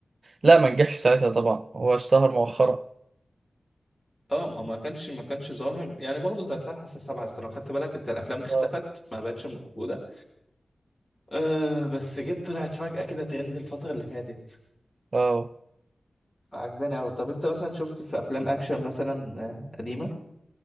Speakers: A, on the right; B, on the left.
A: لا ما نجحش ساعتها طبعا هو اشتهر مؤخرا
B: اه ما ما كانش ما كانش ظاهر يعني برضه زي بتاع الحاسه السابعه أصل لو خدت بالك انت الافلام دي اختفت
A: اه
B: ما بقتش موجوده أه بس جت طلعت فجأة كده ترند الفتره اللي فاتت
A: آه.
B: عجباني قوي طب انت مثلا شفت في افلام اكشن مثلا آه، قديمه